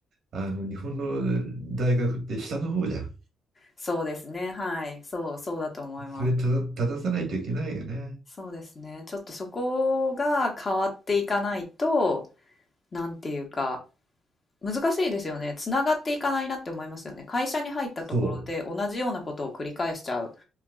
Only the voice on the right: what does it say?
あの、日本の大学って下の方じゃん。
それた正さないといけないよね。
そう。